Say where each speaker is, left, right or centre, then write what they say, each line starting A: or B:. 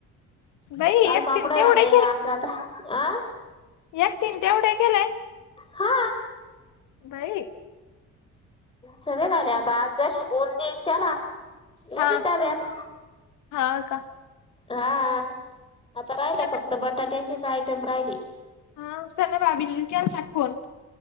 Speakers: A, on the left; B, on the left.
A: बाई
B: काल
A: एकटीन
B: पापड
A: तेवढे
B: झाले आज आता अ-
A: एकतीन तेवढे केलेय.
B: हा.
A: बाई.
B: सगळे झाले आता आज ज शिकवून देईन त्याला नवी
A: हा
B: डाब्यात-
A: हा का.
B: हा, आता राहिला
A: सना
B: फक्त बटाट्याचीच आयटम राहिले.
A: हा सना बाबीनी केलता फोन